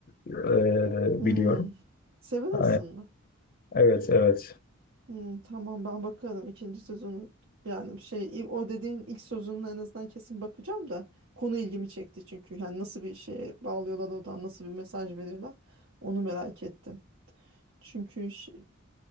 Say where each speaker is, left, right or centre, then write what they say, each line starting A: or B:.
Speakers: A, on the left (about 45°); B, on the right (about 65°).
A: e,
B: Hmm.
A: biliyorum.
B: Severance'ın
A: E,
B: mı?
A: evet evet.
B: Hmm, tamam ben bakarım ikinci sezonu. Yani şey il- o dediğin ilk sezonuna en azından kesin bakacağım da konu ilgimi çekti çünkü. Yani nasıl bir şeye bağlıyorlar oradan nasıl bir mesaj veriyorlar onu merak ettim. Çünkü şey-